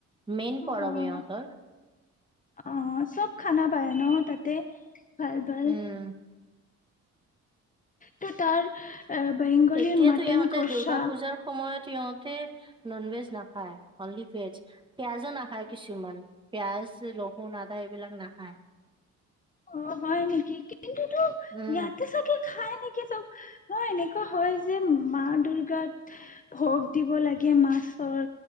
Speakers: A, on the right; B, on the left.
A: মেইন
B: অ',
A: পৰব ইহঁতৰ।
B: অ', চব খানা পায় ন তাতে? ভাল ভাল।
A: উম
B: তো তাৰ বেংগলীৰ
A: তেতিয়াতো
B: মটন
A: ইহঁতে
B: কষা
A: দুৰ্গা পূজাৰ সময়ত ইহঁতে ননভেজ নাখায়। অনলি ভেজ, পিয়াজো নাখায় কিছুমান পিয়াজ লহুন আদা এইবিলাক নাখায়।
B: অ' হয় নেকি কিন্তু তো
A: উম
B: ইয়াতে চাগে খাই নেকি চব ন, এনেকুৱা হয় যে মা দুৰ্গাত ভোগ দিব লাগে মাছৰ,